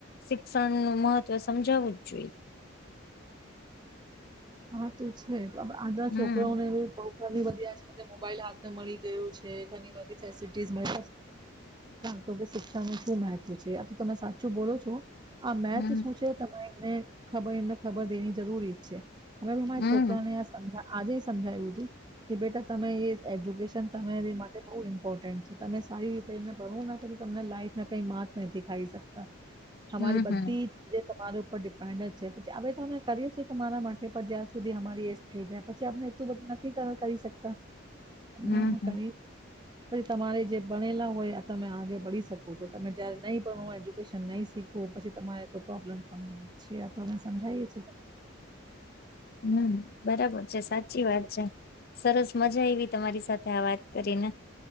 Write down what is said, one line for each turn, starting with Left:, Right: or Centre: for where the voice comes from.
Left: શિક્ષણ નું મહત્વ સમજાવવું જ જોઈએ.
Right: હા તો છે આજના
Left: હમ
Right: છોકરાઓને ભી બવ ઘણી બધી આજધતે મોબાઈલ હાથે મળી ગયું છે, ઘણી બધી ફેસિલટી મળ <inaudible> તો શિક્ષણનું શું મહત્વ છે આ તો તમે સાચું બોલો છો? આ મેથ
Left: હમ
Right: શું છે તમારે એમને ખબર એમને ખબર દેવી જરૂરી જ છે. હવે મે મારા
Left: હમ
Right: છોકરાને આજે સમજાવ્યું તું. કે બેટા તમે એ એજ્યુકેશન તમારી માટે બહુ ઇમ્પોર્ટન્ટ છે તમે સારી રીતે એને ભણો ને તો તમને લાઈફમાં કઈ માત નથી ખાઈ શકતા. અમારી
Left: હમ
Right: બધી
Left: હમ
Right: તમારી ઉપર ડિપેન્ડ છે, પછી હવે તો અમે કરીએ છીએ તમારા માટ ટે જ્યાં સુધી અમારી એજ થઈ જાય પછી અને એટલું બધું નથી કરી શકતા. <unintelligible>
Left: હમ હમ
Right: કરી પછી તમારે જે બનેલા હોય આ તમે આગે બળી શકો છો તમે જયારે નહીં ભણોય નહી શીખવું પછી તમારે તો પ્રોબ્લેમ થવા છે આ તો અમે સમજાયએ છીએ.
Left: હમ્મ, બરાબર છે, સાચી વાત છે. સરસ મજા આઈવી તમારી સાથે આ વાત કરીને.